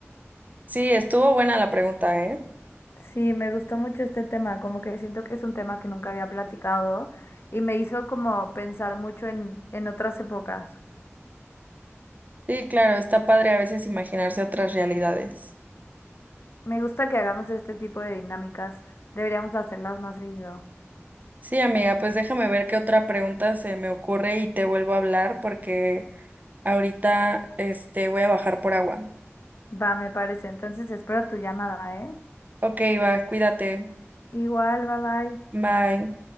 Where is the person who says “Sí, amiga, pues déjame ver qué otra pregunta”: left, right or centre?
Right